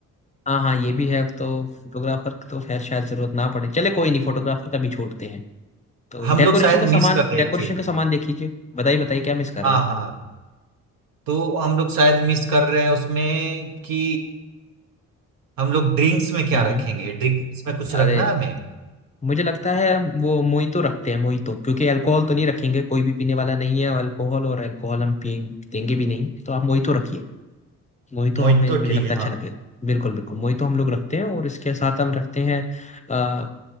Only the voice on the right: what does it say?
हम
लोग शायद
मिस कर रहे
हैं एक चीज
हाँ
हाँ तो हम लोग शायद मिस कर रहे हैं उसमें कि हम लोग ड्रिंक्स में क्या
रखेंगे ड्रिंक्स में कुछ रखना
है हमें
मोहित
तो
ठीक
है
हाँ